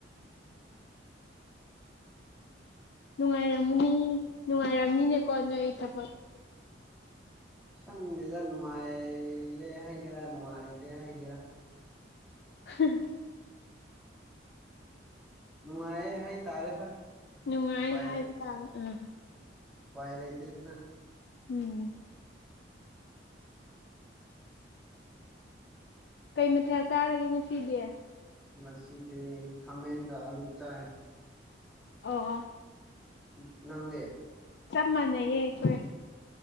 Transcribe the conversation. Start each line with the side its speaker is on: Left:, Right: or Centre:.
Left: ꯅꯨꯡꯉꯥꯏꯔꯝꯃꯅꯤ ꯅꯨꯡꯉꯥꯏꯔꯝꯅꯤꯅꯦꯀꯣ ꯅꯣꯏ ꯊꯕꯛ
Centre: ꯁꯪꯗꯦꯗ ꯅꯨꯡꯉꯥꯏꯌꯦ ꯍꯩꯒꯦꯔꯥ ꯅꯨꯡꯉꯥꯏꯗꯦ ꯍꯩꯒꯦꯔꯥ
Left: ꯍꯤꯍꯤ
Centre: ꯅꯨꯡꯉꯥꯏꯌꯦ ꯍꯥꯏ ꯇꯥꯔꯦ ꯍꯣꯏ
Left: ꯅꯨꯡꯉꯥꯏ
Centre: ꯎꯄꯥꯏ
Left: ꯍꯥꯏꯕ
Centre: ꯂꯩ
Left: ꯇꯥ ꯎꯝ
Centre: ꯎꯄꯥꯏ ꯂꯩꯇꯦꯗꯅ
Left: ꯎꯝ ꯀꯩ ꯃꯊꯦꯜ ꯆꯥꯔꯒꯦ ꯉꯁꯤꯗꯤ
Centre: ꯉꯁꯤꯗꯤ ꯈꯥꯃꯦꯟꯒ ꯑꯂꯨ ꯆꯥꯏ
Left: ꯑꯣ ꯑꯣ
Centre: ꯎꯝ ꯅꯪꯗꯤ
Left: ꯆꯞ ꯃꯥꯟꯅꯩꯌꯦ ꯑꯩꯈꯧꯏ